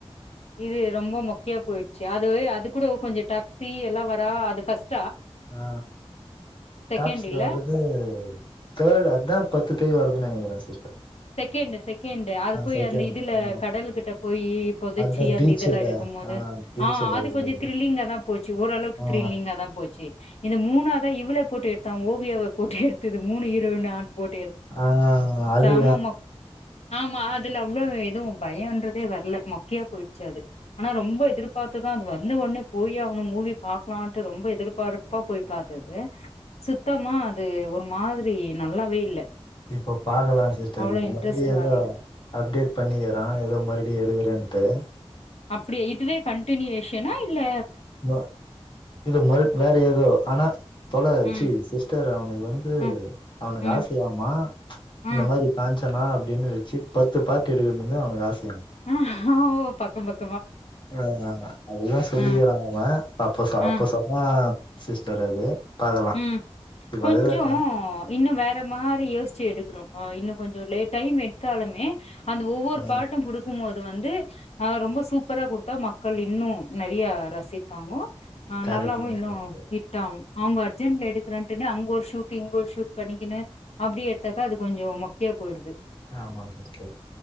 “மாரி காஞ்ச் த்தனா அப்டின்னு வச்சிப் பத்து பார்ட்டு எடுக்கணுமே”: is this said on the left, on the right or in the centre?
Left